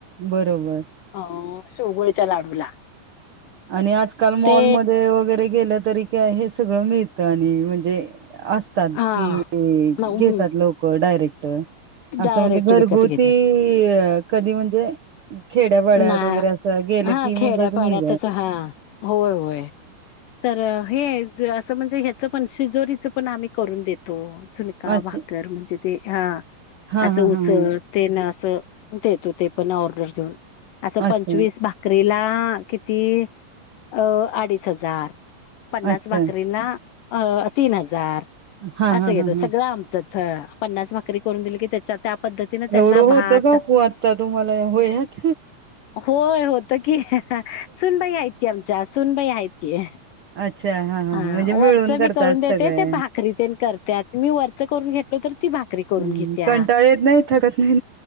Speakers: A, on the right; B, on the left.
A: बरोबर
B: अ शोगळच्या लाडूला.
A: आणि आजकाल मॉलमध्ये
B: ते
A: वगैरे गेलं तरी काय हे सगळं मिळत आणि म्हणजे असतात
B: हा
A: कि
B: मग
A: घेतात लोक डायरेक्ट
B: डायरेक्ट
A: असं म्हणजे घरगुती
B: विकत घेतात
A: कधी म्हणजे खेड्याभड्यात
B: ना
A: वगैरे असं गेलं
B: हा
A: की मगज
B: खेड्यापाड्यातच
A: मी
B: हा होय होय तर. हे असं म्हणजे ह्याचं पण शिजोरीच पण आम्ही करून देतो. झुलका
A: अच्छा
B: भाकर म्हणजे ते ह
A: हा
B: असं
A: हा
B: उसळ
A: हा हा
B: ते न देतो ते पण ऑर्डर घेऊन असं
A: अच्छा
B: पंचवीस भाकरीला किती अ अडीच हजार पन्नास
A: अच्छा
B: भाकरीना. अ तीन हजार
A: हा
B: असं
A: हा
B: घेतो
A: हा हा
B: सगळं आमचं पन्नास भाकरी करून दिली की त्याच्या त्या पद्धतीने त्यांना
A: एवढं होत
B: भात
A: ग खू आत्ता तुम्हाला या वयात.
B: होय होत कि सुनबाई आहेत की आमच्या सुनबाई आहेत की
A: अच्छा. हां, हां,
B: हा
A: हां. म्हणजे
B: वरच
A: मिळून करतात
B: मी करून देते
A: सगळे.
B: ते भाकरी ते करते आ मी वरच करून घेतलो तर ती भाकरी करून
A: हं.
B: घेत्या
A: कंटाळा येत नाही, थकत नाही